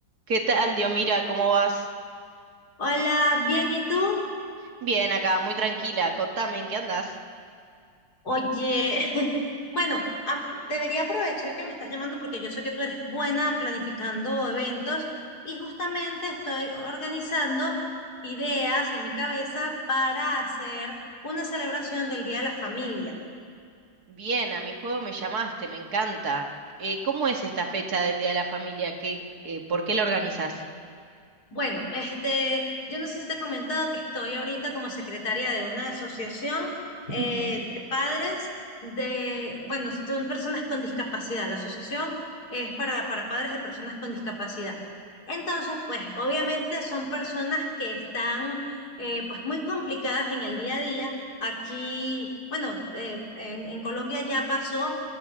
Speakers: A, on the right (about 60°); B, on the left (about 55°).
A: ¿Qué tal, Diomira? ¿Cómo vas?
B: Hola, bien, ¿y tú?
A: Bien, acá, muy tranquila. Contame, ¿en qué andás?
B: Oye, <laughs> bueno, ap- debería aprovechar que me estás llamando porque yo sé que tú eres buena planificando eventos y justamente estoy organizando ideas en mi cabeza para hacer una celebración del Día de la Familia.
A: Bien, a mi juego me llamaste, me encanta. Eh, ¿cómo es esta fecha del Día de la Familia? ¿Qué, eh, por qué la organizás?
B: Bueno, este, yo no sé si te he comentado que estoy ahorita como secretaria de una asociación eh,
A: Ujú.
B: de padres de, bueno, son personas con discapacidad. La asociación es para, para padres de personas con discapacidad. Entonces, pues, obviamente son personas que están, eh, pues, muy complicadas en el día a día. Aquí, bueno, eh, en, en Colombia ya pasó